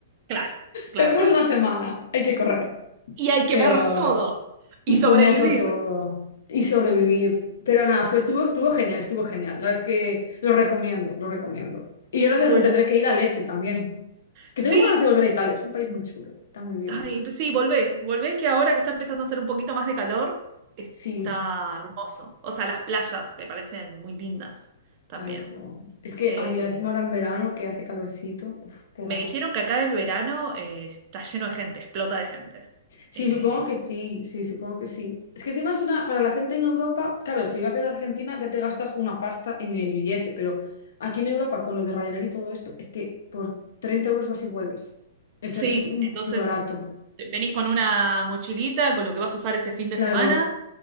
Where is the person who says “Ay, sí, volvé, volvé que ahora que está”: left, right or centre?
Right